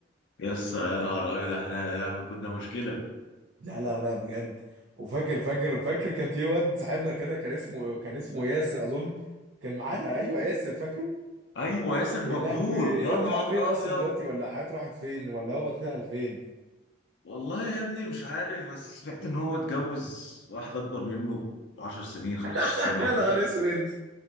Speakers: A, on the left; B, on the right.
A: يس يا نهار ابيض احنا يا لهوي كنا مشكله
B: لا لا لا بجد وفاكر فاكر فاكر كان في واد صاحبنا كده كان اسمه كان اسمه ياسر اظن كان معانا ايوه ياسر فاكره
A: ايوه ياسر بربور
B: يا لهوي
A: يا
B: الواد
A: نهار
B: ده راح فين اصلا
A: ابيض
B: دلوقتي ولا حياته راحت فين ولا هو اتنقل فين
A: والله يا ابني مش عارف بس سمعت ان هو اتجوز واحده اكبر منه ب 10 سنين 15
B: <laughs>
A: سنه
B: يا
A: حاجه
B: نهار
A: كده.
B: اسود